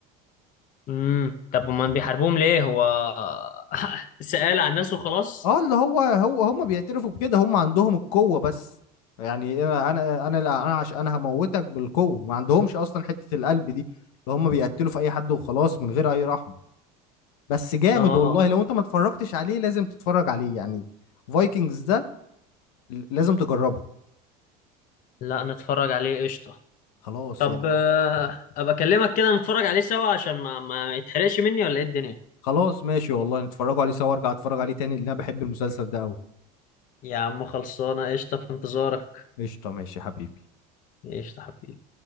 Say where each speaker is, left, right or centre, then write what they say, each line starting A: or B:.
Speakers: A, on the left; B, on the left.
A: امم طب امال بيحاربوهم ليه هو <laughs> سأل عن الناس وخلاص
B: اه اللي هو هو هم بيعترفوا بكده هم عندهم القوه بس يعني انا انا انا لا انا عشان انا هموتك بالقوه ما عندهمش اصلا حته القلب دي اللي هم بيقتلوا في اي حد وخلاص من غير اي رحمه بس جامد
A: اه
B: والله لو انت ما اتفرجتش عليه لازم تتفرج عليه يعني فايكنجز ده ل- لازم تجربه
A: لا نتفرج عليه قشطة
B: خلاص
A: طب
B: يعني
A: آه، ابقى اكلمك كده نتفرج عليه سوا عشان ما ما يتحرقش مني ولا ايه الدنيا
B: خلاص ماشي والله نتفرجوا عليه سوا ارجع اتفرج عليه تاني لان انا بحب المسلسل ده قوي
A: يا عم خلصانه قشطه في انتظارك
B: قشطه ماشي يا حبيبي
A: قشطه حبيبي